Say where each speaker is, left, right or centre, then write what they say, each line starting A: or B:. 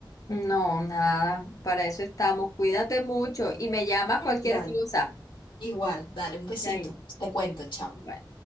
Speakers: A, on the left; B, on the left.
A: No, nada, para eso estamos. Cuídate mucho y me llamas cualquier
B: Dale,
A: cosa.
B: igual, dale un besito,
A: Yair.
B: te cuento, chao.
A: Bye.